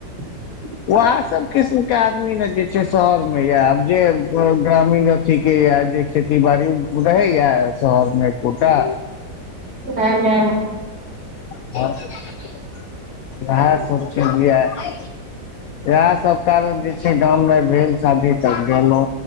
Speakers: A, on the right; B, on the left.
A: <unintelligible>
B: वेहै सब किस्म केँ आदमी ने जे छै शहर मे या आब जे ग्रामीण अथी के य जे खेती बाड़ी उऽ रहैया शहरमे ऐकोटा
A: नै नै
B: <unintelligible> इएह सब कारण जे छै गाँम मे भेल शादी तऽ गेलैं